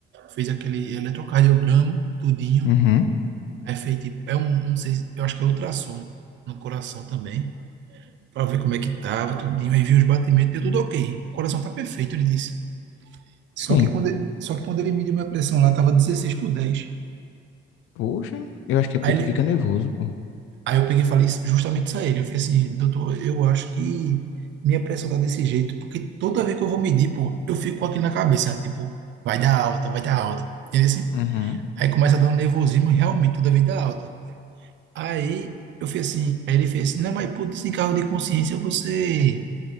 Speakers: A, on the right; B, on the left.
A: fez aquele eletrocardiograma, tudinho,
B: Uhum.
A: Aí fez tipo, é um, não sei, se- eu acho que é ultrassom no coração também, pra ver como é que tava, tudinho, aí viu os batimentos, deu tudo ok. O coração tá perfeito, ele disse. Só
B: Sim.
A: que quando ele, só que quando ele mediu minha pressão lá, tava dezesseis por dez
B: Poxa, eu acho que é porque
A: Aí,
B: tu
A: ele,
B: fica nervoso, pô.
A: aí eu peguei e falei justamente isso a ele. Eu falei assim, doutor, eu acho que minha pressão tá desse jeito, porque toda vez que eu vou medir, pô, eu fico com aquilo na cabeça, tipo, vai dar alta, vai dar alta. Entendeu assim?
B: Uhum.
A: Aí começa a dar um nervosismo, e realmente, toda vez dá alta. Aí eu fui assim, aí ele fez assim, não, mas por desencargo de consciência você